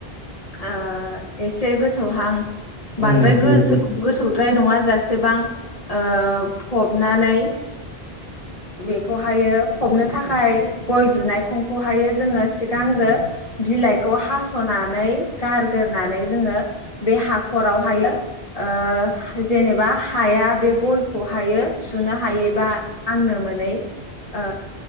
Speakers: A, on the left; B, in the centre.
A: ओ एसे गोथौ हां
B: उम
A: बांद्राय
B: नंगौ
A: गोज
B: नोंथां
A: गोथौद्राय नङा जासेबां। ओ फबनानै बेखौहायो फबनो थाखाय गय दुनायखंखौहायो जोङो सिगांग्रो बिलाइखौ हास सनानै गारगोरनानै जोङो बे हाखरावहायो ओ जेनेबा हाया बे गयखौ हायो सुनो हायै बा नांनो मोनै ओ